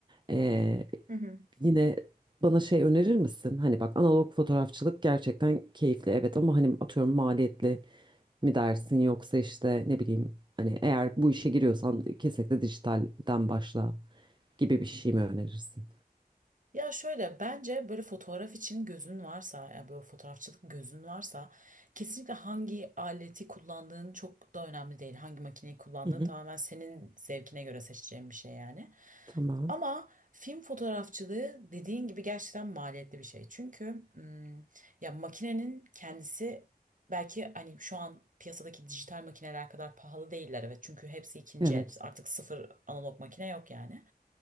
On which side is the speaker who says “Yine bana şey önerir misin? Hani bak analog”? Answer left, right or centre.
Right